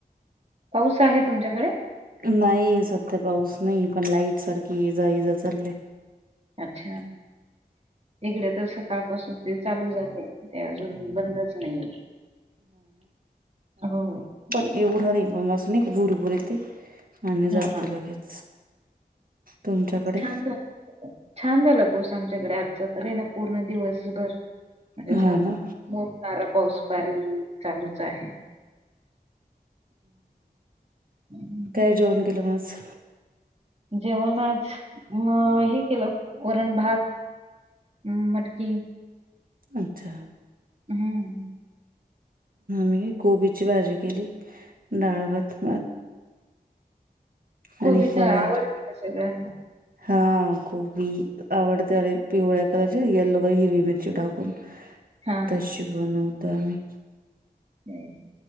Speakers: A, on the right; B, on the right.
A: पाऊस आहे तुमच्याकडे?
B: नाही, सध्या पाऊस नाही, पण लाईट सारखी ये जा, ये जा, चालले.
A: अच्छा, इकडे तर सकाळ पासून जे चालू झालय- ते अजून बंदच नाहीये, हो
B: एवढ रिबूमॉस न्हाई का, भुरभूर येते आणि जाते
A: हां, हां.
B: लगेच. तुमच्याकडे
A: छान झालेत छान झाला पाउस आमच्याकडे आजचा तर हे ना पूर्ण दिवसभर म्हणजे-
B: हा
A: साम्
B: ना
A: नार पाऊस बारीक चालूच आहे. हं.
B: काय जेवण केलं मग आज?
A: जेवण आज, मग हे केलं वरण भात हम्म मटकी,
B: अच्छा.
A: हम्म.
B: मी कोबीची भाजी केली, डाळ भात आणि
A: कोबीच्या
B: पोळ्या
A: आवडते का सगळ्या?
B: हा, कोबी आवडते पिवळ्या कलरची, येल्लो बाई हिरवी मिरची टाकून,
A: हा
B: तशी
A: हा
B: बनवतो आम्ही.
A: ते-